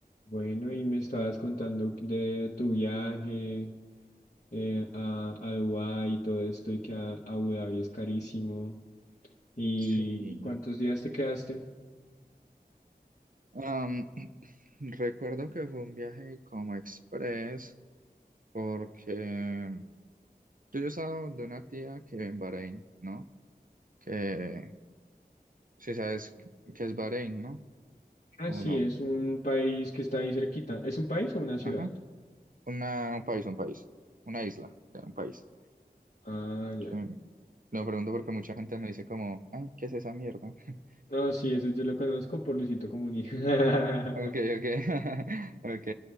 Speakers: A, on the left; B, on the right.
A: Bueno, y me estabas contando de tu viaje eh, a, a Dubái y todo esto, y que a a Abu Dhabi es carísimo. ¿Y,
B: Sí.
A: y cuántos días te quedaste?
B: Am, <clears throat> recuerdo que fue un viaje como express porque yo, yo estaba de una tía que en Bahrein, ¿no? Que si sabes que es Bahrein, ¿no?
A: Ah,
B: ¿O
A: sí,
B: no?
A: es un país que está ahí cerquita. ¿Es un país o una ciudad?
B: Ajá. Una, un país, un país. Una isla, o sea, un país.
A: Ah, ya.
B: Que- lo pregunto porque mucha gente me dice como, ay, ¿qué es esa mierda? <laughs>
A: No, sí, eso yo lo conozco por Luisito Comunica. <laughs>
B: Ok, ok. <laughs> Ok.